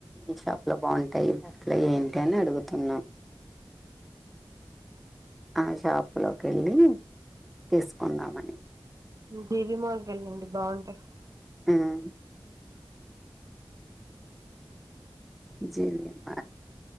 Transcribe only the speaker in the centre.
ఈ షాప్ లో బాగుంటాయి ఈ బస్లో ఏంటి అని అడుగుతున్నాం ఆ షాప్ లోకి వెళ్ళి తీసుకుందామని
ఉమ్ జీవి మాల్